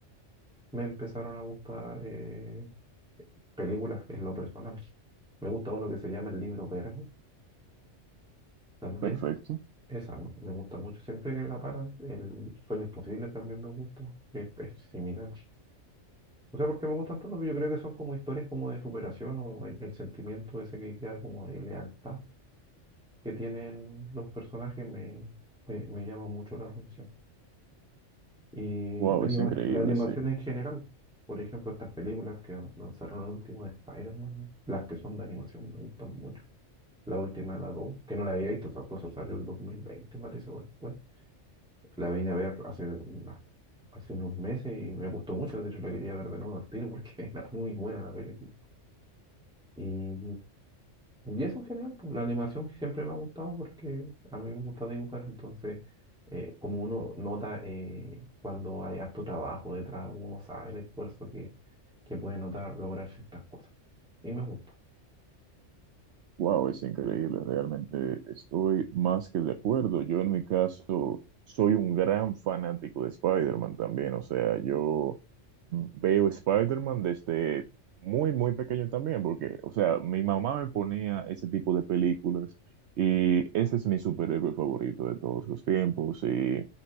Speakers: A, in the centre; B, on the right (about 65°).
A: me empezaron a gustar eh, películas en lo personal. Me gusta uno que se llama El Libro Verde, también.
B: Perfecto.
A: Esa me me gusta mucho. Siempre que la paran, el Sueños Posibles también me gusta, que es es similar. No sé por qué me gustan tanto, pero yo creo que son como historias como de superación o el, el sentimiento ese que queda como de lealtad que tienen los personajes me, me, me llama mucho la atención. Y
B: Wow,
A: la anima-
B: es increíble,
A: la animación
B: sí.
A: en general, por ejemplo, estas películas que lanzaron el último de Spider-Man, las que son de animación me gustan mucho. La última, la 2 que no la había visto, esa cosa salió el 2020 parece, o después. La vine a ver hace, unas- hace unos meses y me gustó mucho, de hecho la quería ver de nuevo al tiro porque <laughs> era muy buena la película. Y, y eso en general, pues, la animación siempre me ha gustado porque a mí me gusta dibujar, entonces eh, como uno nota eh, cuando hay harto trabajo detrás, uno sabe el esfuerzo que, que puede notar lograr ciertas cosas. Y me gusta.
B: Wow, es increíble. Realmente estoy más que de acuerdo. Yo en mi caso soy un gran fanático de Spider-Man también. O sea, yo mm, Veo Spider-Man desde muy, muy pequeño también, porque, o sea, mi mamá me ponía ese tipo de películas y ese es mi superhéroe favorito de todos los tiempos. Y,